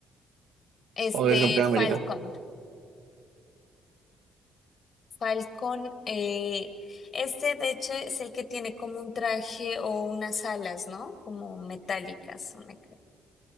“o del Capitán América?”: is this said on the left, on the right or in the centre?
Right